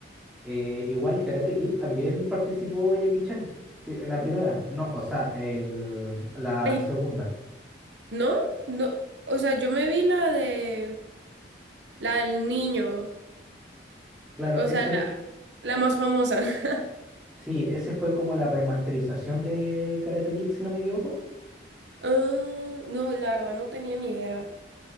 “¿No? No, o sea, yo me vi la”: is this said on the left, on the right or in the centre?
Right